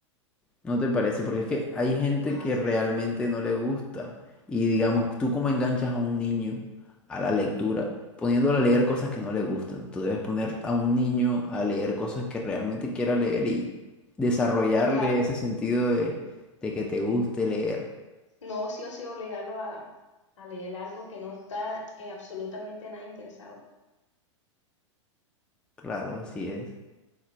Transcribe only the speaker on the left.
No,
sí,
sí.
Claro,
no sí o sí obligarlo a, a leer algo que no está eh, absolutamente nada interesado.